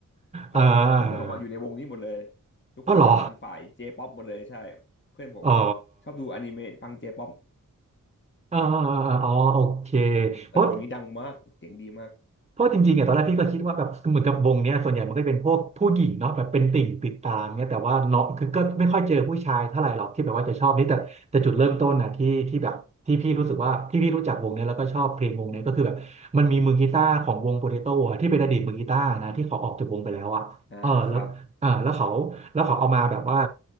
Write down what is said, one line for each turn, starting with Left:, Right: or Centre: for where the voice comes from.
Left: เพราะเพื่อนเพื่อนผมมาออยู่ในวงนี้หมดเลย
Right: อ่า
Left: ทุกคนแบบเป็นฝ่ายเจป๊อปหมดเลยใช่
Right: อ๋อเหรอ
Left: เพื่อนผม
Right: อ๋อ
Left: ชอบดูอนิเมะฟังเจป๊อป
Right: อ๋ออ๋ออ๋อโอเคเพราะ
Left: แต่วงนี้ดังมากเสียงดีมาก
Right: เพราะจริงๆอ่ะตอนแรกพี่ก็คิดว่าแบบเหมือนกับวงเนี้ยส่วนใหญ่มันก็จะเป็นพวกผู้หญิงเนาะแบบเป็นติ่งติดตามเนี้ยแต่ว่าเนาะคือก็ไม่ค่อยเจอผู้ชายเท่าไหร่หรอกที่แบบว่าจะชอบนี่แต่แต่จุดเริ่มต้นนะที่ที่แบบที่พี่รู้สึกว่าที่พี่รู้จักวงเนี้ยแล้วก็ชอบเพลงวงเนี้ยก็คือแบบมันมีมือกีตาร์ของวงโปเตโต้อะที่เป็นอดีตมือกีตาร์นะที่เขาออกจากวงไปแล้วอะเออแล้วอ่าแล้วเขาแล้วเขาเอามาแบบว่า
Left: อ่าครับ